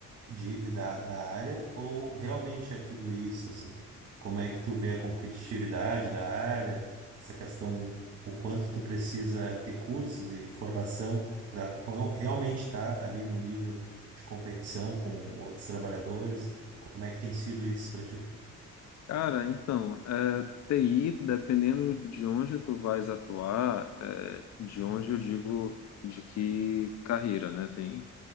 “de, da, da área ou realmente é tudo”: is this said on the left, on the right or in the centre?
Right